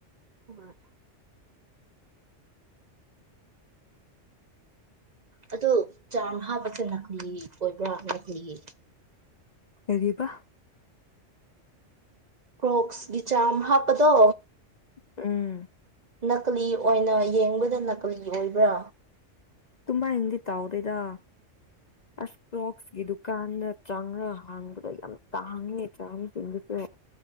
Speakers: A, on the right (about 40°); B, on the left (about 45°).
A: ꯍꯣꯏ ꯑꯗꯣ ꯆꯥꯝ ꯍꯥꯞꯄꯁꯦ ꯅꯥꯀꯂꯤ ꯑꯣꯏꯕ꯭ꯔꯥ ꯅꯥꯀꯂꯤ
B: ꯀꯔꯤꯕ
A: ꯀ꯭ꯔꯣꯛꯁꯒꯤ ꯆꯥꯝ ꯍꯥꯞꯄꯗꯣ
B: ꯎꯝ
A: ꯅꯥꯀꯂꯤ ꯑꯣꯏꯅ ꯌꯦꯡꯕꯗ ꯅꯥꯀꯂꯤ ꯑꯣꯏꯕ꯭ꯔꯥ
B: ꯇꯨꯝꯃ ꯅꯗꯤ ꯇꯥꯎꯗꯦꯗ
A: <inaudible>
B: ꯑꯁ ꯀ꯭ꯔꯣꯛꯁꯀꯤ ꯗꯨꯀꯥꯟꯗ ꯆꯥꯡꯝꯅ ꯍꯥꯡꯕꯗ ꯌꯥꯝ ꯇꯥꯡꯉꯦ ꯆꯥꯁꯤꯡꯗꯨꯁꯨ